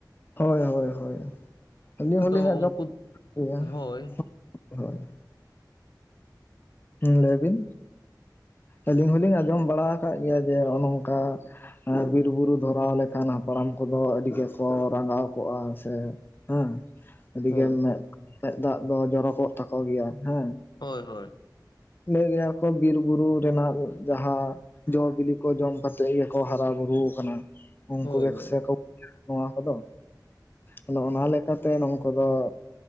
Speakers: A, on the left; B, on the left.
A: ᱦᱳᱭ ᱦᱳᱭ ᱦᱳᱭ ᱟᱹᱞᱤᱧ
B: ᱟᱫᱚ
A: ᱦᱚᱸᱞᱤᱧ ᱟᱸᱡᱚᱢ
B: ᱩᱱᱠᱩ
A: <inaudible> ᱜᱮᱭᱟ
B: ᱦᱳᱭ
A: ᱦᱳᱭ ᱦᱳᱭ ᱦᱩᱸ ᱞᱟᱹᱭ ᱵᱤᱱ ᱟᱹᱞᱤᱧ ᱦᱚᱞᱤᱧ ᱟᱸᱡᱚᱢ ᱵᱟᱲᱟ ᱟᱠᱟᱫ ᱜᱮᱭᱟ ᱡᱮ ᱦᱚᱝ ᱱᱚᱝᱠᱟ ᱵᱤᱨᱵᱩᱨᱩ ᱫᱷᱚᱨᱟᱣ ᱞᱮᱠᱷᱟᱱ ᱦᱟᱯᱲᱟᱢ ᱠᱚᱫᱚ ᱟᱹᱰᱤ ᱜᱮᱠᱚ ᱨᱟᱸᱜᱟᱣ ᱠᱚᱜᱼᱟ ᱥᱮ ᱦᱮᱸ ᱟᱹᱰᱤᱜᱮ
B: ᱦᱳᱭ
A: ᱢᱮ ᱢᱮᱫ ᱫᱟᱜ ᱫᱚ ᱡᱚᱨᱚᱠᱚᱜ ᱛᱟᱠᱚ ᱜᱮᱭᱟ ᱦᱮᱸ
B: ᱦᱳᱭ ᱦᱳᱭ
A: ᱞᱟᱹᱭ ᱜᱮᱭᱟ ᱠᱚ ᱵᱤᱨ ᱵᱩᱨᱩ ᱨᱮᱱᱟᱜ ᱡᱟᱦᱟᱸ ᱡᱚ ᱵᱤᱞᱤ ᱠᱚ ᱡᱚᱢ ᱠᱟᱛᱮᱫ ᱜᱮᱠᱚ ᱦᱟᱨᱟ ᱵᱩᱨᱩ ᱟᱠᱟᱱᱟ ᱩᱱᱠᱩ
B: ᱦᱳᱭ
A: ᱜᱮ
B: ᱦᱳᱭ
A: ᱥᱮ ᱠᱚ ᱱᱚᱣᱟ ᱠᱚᱫᱚ ᱟᱫᱚ ᱚᱱᱟ ᱞᱮᱠᱟᱛᱮ ᱱᱚᱝᱠᱚ ᱫᱚ